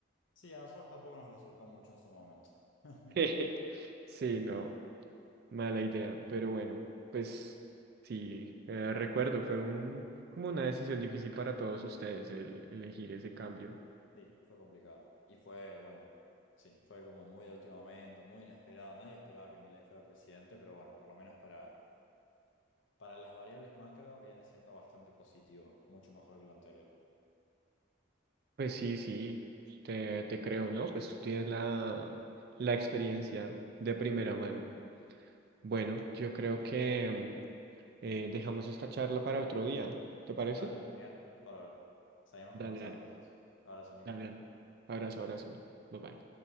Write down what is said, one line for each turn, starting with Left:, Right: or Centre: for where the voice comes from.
Left: Sí, a nosotros tampoco nos resultó mucho en su momento. <laughs>
Right: <laughs> Sí, no, mala idea, pero bueno, pues sí, eh, recuerdo, fue un, como una decisión difícil para todos ustedes el elegir ese cambio.
Left: Sí, fue complicado. Y fue, bueno, sí, fue como muy de último momento, muy inesperado. Nadie esperaba que Milei fuera presidente, pero bueno, por lo menos para Para las variables macro viene siendo bastante positivo, mucho mejor que lo anterior.
Right: Pues sí, sí, te, te creo, ¿no? Pues tú tienes la, la experiencia de primera mano. Bueno, yo creo que mm, eh, dejamos esta charla para otro día, ¿te parece?
Left: Dale, genial. Bárbaro. Seguimos
Right: Dale,
Left: conversando
Right: dale,
Left: entonces. Abrazo, Nico.
Right: dale, dale. Abrazo, abrazo. Bye bye.